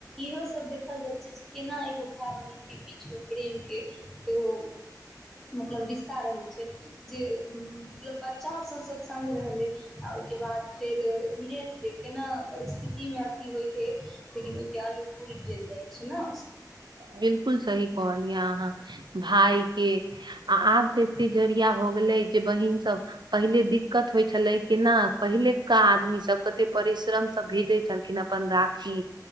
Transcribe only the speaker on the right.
बिल्कुल सही कहलियै अहाँ भाइ के आ आब तऽ एते जरिया भऽ गेलै जे बहिन सब पहिले दिक्कत होइ छलै केना पहिलका आदमी सब कते परिश्रमसँ भेजै छलखिन अपन राखी